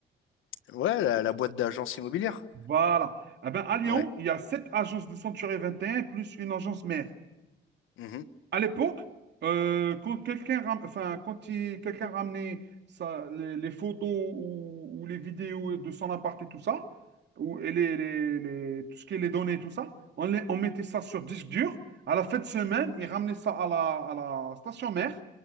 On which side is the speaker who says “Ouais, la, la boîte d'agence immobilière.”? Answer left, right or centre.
Left